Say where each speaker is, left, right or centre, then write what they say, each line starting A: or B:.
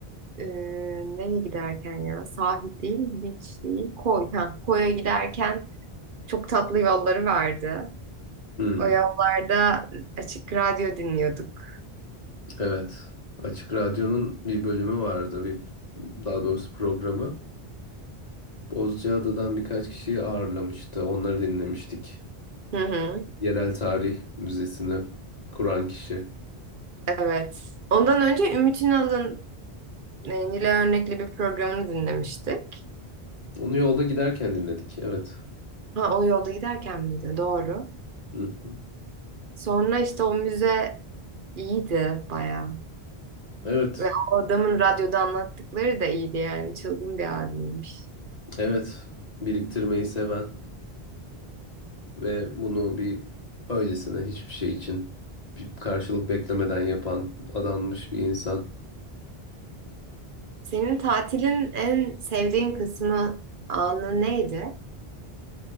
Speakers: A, on the right (about 55°); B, on the left (about 40°).
A: e, nereye giderken ya sahil değil beach değil koy ha, koya giderken çok tatlı yolları vardı.
B: Hmm,
A: O yollarda açık radyo dinliyorduk.
B: evet. Açık Radyo'nun bir bölümü vardı. Bir, daha doğrusu programı. Bozcaada'dan birkaç kişiyi ağırlamıştı. Onları dinlemiştik.
A: Hı hı,
B: Yerel Tarih Müzesi'ni kuran kişi.
A: evet. Ondan önce Ümit Ünal'ın e, Nile Örnekli bir programını dinlemiştik.
B: Onu yolda giderken dinledik. Evet.
A: Ha o yolda giderken miydi? Doğru.
B: Hı.
A: Sonra işte o müze iyiydi bayağı.
B: Evet,
A: Ve o adamın radyoda anlattıkları da iyiydi yani. Çılgın bir abiymiş.
B: evet. Biriktirmeyi seven ve bunu bir öylesine hiçbir şey için bir karşılık beklemeden yapan adanmış bir insan.
A: Senin tatilin en sevdiğin kısmı anı neydi?